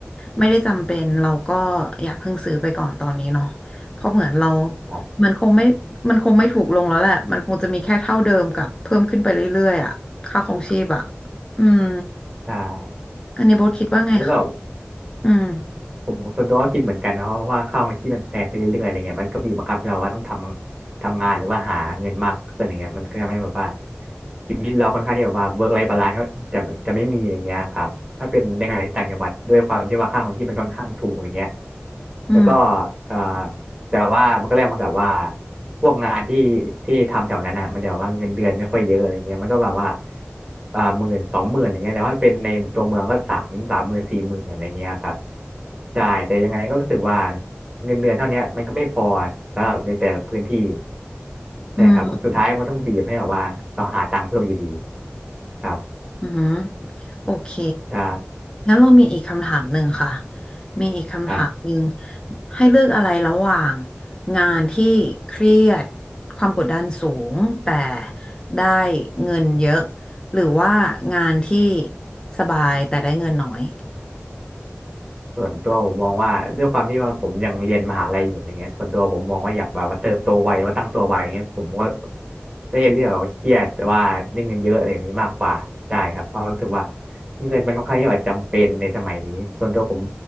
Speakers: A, on the left; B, on the right.
A: ไม่ได้จำเป็นเราก็อย่าเพิ่งซื้อไปก่อนตอนนี้เนาะเพราะเหมือนเรา
B: ครับ
A: มันคงไม่มันคงไม่ถูกลงแล้วแหละมันคงจะมีแค่เท่าเดิมกับเพิ่มขึ้นไปเรื่อยๆอ่ะค่าครองชีพอ่ะอืม
B: ใช่
A: อันนี้โบทคิดว่าไงคะ
B: แล้วแบบ
A: อืม
B: ผมส่วนตัวก็คิดเหมือนกันนะเพราะว่าค่าครองชีพมันแพงขึ้นเรื่อยๆอะไรเงี้ยมันก็บีบบังคับให้เราว่าต้องทำทำงานหรือว่าหาเงินมากขึ้นอะไรเงี้ยมันก็ทำให้แบบว่าชีวิตเราค่อนข้างที่แบบว่าเวิร์กไลฟ์บาลานซ์จะจะไม่มีอย่างเงี้ยครับถ้าเป็นในขณะที่ต่างจังหวัดด้วยความที่ว่าค่าครองชีพมันค่อนข้างถูกอย่างเงี้ย
A: อืม
B: แล้วก็เอ่อ แต่ว่ามันก็แลกมากับว่าพวกงานที่ที่ทำแถวนั้นอ่ะมันจะแบบว่าเงินเดือนไม่ค่อยเยอะอะไรเงี้ยมันก็แบบว่าอ่าหมื่นสองหมื่นอะไรเงี้ยแต่ว่าเป็นในตัวเมืองก็สามสามหมื่นสี่หมื่นอะไรเงี้ยครับใช่แต่ยังไงก็รู้สึกว่าเงินเดือนเท่าเนี้ยมันก็ไม่พอสำหรับในแต่ละพื้นที่ใช่ครับสุดท้ายมันก็ต้องบีบให้แบบว่าเราหาตังค์เพิ่มอยู่ดี
A: อืม
B: ครับ
A: อืม โอเค
B: ใช่
A: งั้นเรามีอีกคำถามหนึ่งค่ะ มีอีกคำถามหนึ่ง
B: ครับ
A: ให้เลือกอะไรระหว่างงานที่เครียดความกดดันสูงแต่ได้เงินเยอะ หรือว่างานที่สบายแต่ได้เงินน้อย
B: ส่วนตัวผมมองว่าด้วยความที่ว่าผมยังเรียนมหาลัยอยู่อย่างเงี้ยส่วนตัวผมมองว่าอยากแบบว่าเติบโตไวว่าตั้งตัวไวอย่างเงี้ยผมก็ไม่ได้เรียกว่าเครียดแต่ว่าได้เงินเยอะอะไรแบบนี้มากกว่าใช่ครับเพราะรู้สึกว่าเงินมันค่อนข้างที่จะจำเป็นในสมัยนี้ส่วนตัวผม